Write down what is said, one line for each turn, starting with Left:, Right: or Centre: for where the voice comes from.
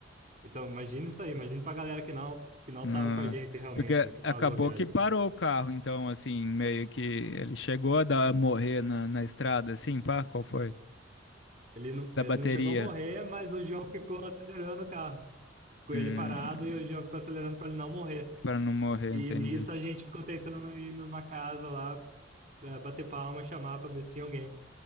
Right: Então, imagina isso aí, imagina pra galera que não, que não
Left: Nossa.
Right: tava com a gente realmente,
Left: Porque
Right: né, que pagou
Left: acabou
Right: a viagem.
Left: que parou o carro, então, assim, meio que ele chegou a dar, morrer na, na estrada, assim, pá, qual foi?
Right: Ele não,
Left: Da
Right: ele
Left: bateria.
Right: não chegou a morrer, mas o João ficou acelerando o carro. Com
Left: Hum,
Right: ele parado e o João ficou acelerando pra ele não morrer.
Left: para não morrer,
Right: E
Left: entendi.
Right: nisso a gente ficou tentando ir numa casa lá é, bater palma, chamar pra ver se tinha alguém.